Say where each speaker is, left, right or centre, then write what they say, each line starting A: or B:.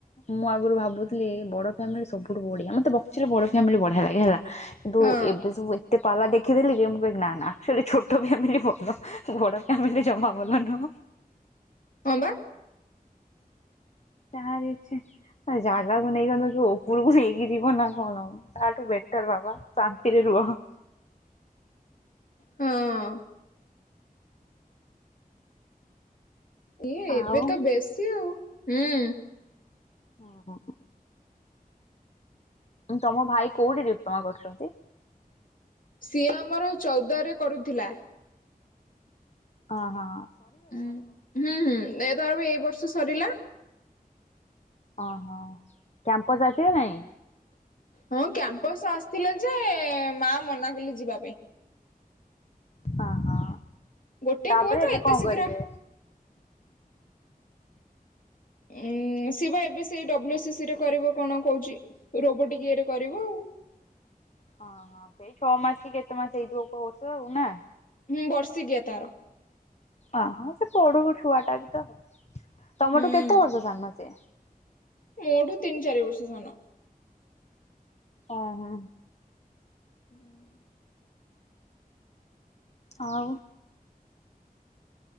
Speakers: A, on the left; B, on the left.
A: ମୁଁ ଆଗରୁ ଭାବୁଥିଲି ବଡ ଫ୍ୟାମିଲି ସବୁଠୁ ବଢିଆ ମତେ ପକ୍ଷରେ ବଡ ଫ୍ୟାମିଲି ବଢିଆ ଲାଗେ ହେଲା। କିନ୍ତୁ
B: ହଁ
A: ଏବେ ସବୁ ଏ ଏତେ ପାଲା ଦେଖି ଦେଲି ଯେ ମୁଁ କହିଲି ନା ନା ଅଚୁଅଲି ଛୋଟ ଫ୍ୟାମିଲି ଭଲ ବଡ ଫ୍ୟାମିଲି ଜମା ଭଲ ନୁହଁ।
B: ହଁ ବା।
A: ତାହାର ଇଛା ଜାଗାକୁ ନେଇଗଲ ଯଉ ଉପରକୁ ନେଇକି ଯିବ ନା କଣ। ତାଠୁ ବେଟର ବାବା ଶାନ୍ତିରେ ରୁହ।
B: ହଁ। ଇଏ ଏବେ
A: ଆଉ
B: ତ ବେଶୀ ଆଉ ହୁଁ।
A: <unintelligible> ତମ ଭାଇ କୋଉଠି ଡିପ୍ଲୋମା କରୁଛନ୍ତି?
B: ସିଏ ଆମର ଚଉଦୁଆ ରେ କରୁଥିଲା।
A: ଅହଁ।
B: ଉଁ ହୁଁ ହୁଁ ଏ ତାର ପା ଏଇ ବର୍ଷ ସରିଲା।
A: ଅହ କ୍ୟାମ୍ପସ୍ ଆସିଗଲାଣି।
B: ହଁ କ୍ୟାମ୍ପସ ଆସିଥିଲା ଯେ ମା ମନା କଲେ ଯିବା ପାଇଁ।
A: ହଁ ହଁ
B: ଗୋଟେ
A: ତାପରେ
B: ପୁଅ ତ
A: ଏବେ
B: ଏତେ
A: କଣ
B: ଶୀଘ୍ର
A: କରିବେ?
B: ଉଁ ଶିଏ ବା ଏବେ ସେଇ ଡବ୍ଲୁ ଏସେ ସି ସରେ କରିବ କଣ କହୁଛି ରୋବଟିକ ଇଏରେ କରିବ ଆଉ।
A: ଓଁହଁ ସେଇ ଛଅ ମାସ କି କେତେ ମାସ ହେଇଥିବ କୋର୍ଷ ଆଉ ନା।
B: ହୁଁ ବର୍ଷି କିଆ ତାର।
A: ଅହଁ ସେ ପଢୁ ଛୁଆ ଟା ବି ତ ତମଠୁ
B: ହୁଁ
A: କେତେ ବର୍ଷ ସାନ ସିଏ।
B: ମୋଠୁ ତିନି ଚାରି ବର୍ଷ ସାନ।
A: ଅ ହଁ।
B: ହୁଁ।
A: ଆଉ।